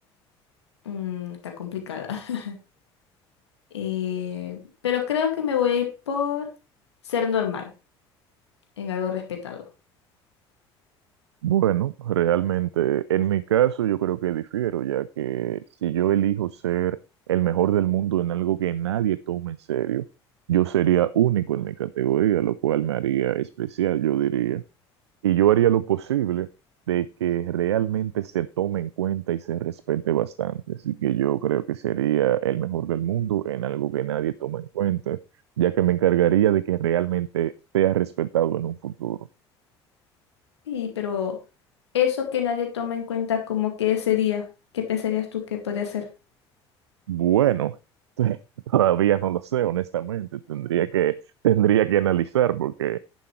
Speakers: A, on the left; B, on the right.
A: Mm, está complicada. <laughs> Eh, pero creo que me voy a ir por ser normal, en algo respetado.
B: Bueno, realmente en mi caso yo creo que difiero, ya que si yo elijo ser el mejor del mundo en algo que nadie toma en serio, yo sería único en mi categoría, lo cual me haría especial, yo diría. Y yo haría lo posible de que realmente se tome en cuenta y se respete bastante. Así que yo creo que sería el mejor del mundo en algo que nadie toma en cuenta, ya que me encargaría de que realmente sea respetado en un futuro.
A: Sí, pero eso que nadie toma en cuenta como que sería, ¿qué pensarías tú que podría ser?
B: Bueno, <laughs> todavía no lo sé, honestamente. Tendría que, tendría que analizar porque